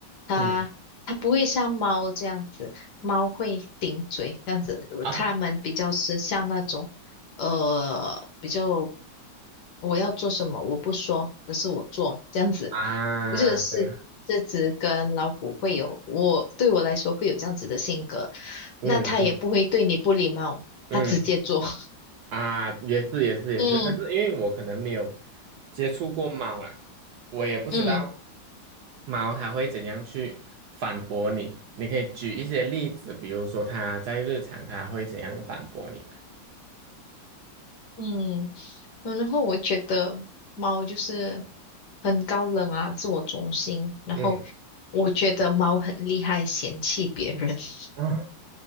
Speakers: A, on the left (about 65°); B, on the right (about 70°).
A: 它它不会像猫这样子，
B: 嗯
A: 猫会顶嘴这样子，
B: 啊
A: 它们比较是像那种呃比较我要做什么，我不说，而是我做，这样子，
B: <laughs> 啊对，
A: 这是这只跟老虎会有，我对我来说会有这样子的性格，
B: 嗯嗯
A: 那它也不会对你不礼貌，
B: 嗯。
A: 它直接做，<laughs>
B: 啊，也是也是也是，
A: 嗯
B: 可是因为我可能没有接触过猫啦，我也不知道
A: 嗯
B: 猫它会怎样去反驳你。你可以举一些例子，比如说它在日常它会怎样反驳你嘛？
A: 嗯，然后我觉得猫就是很高冷啊，自我中心，然后
B: 嗯
A: 我觉得猫很厉害，嫌弃别人，<laughs>
B: 啊